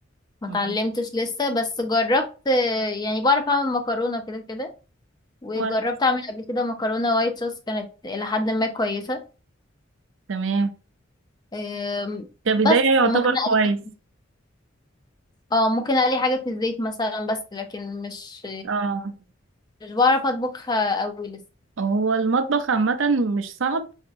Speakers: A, on the left; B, on the right.
A: ما
B: مم.
A: اتعلمتش لسه بس جربت آه، يعني بعرف اعمل مكرونة كده كده وجربت
B: كويس
A: اعمل قبل كده مكرونة وايت صوص كانت الى حد ما كويسة
B: تمام
A: آم،
B: كبداية
A: بس
B: يعتبر
A: ممكن
B: كويس
A: أ- اه ممكن اقلي حاجة في الزيت مثلا بس لكن مش
B: اه
A: مش بعرف اطبخها قوي لسه
B: هو المطبخ عامة مش صعب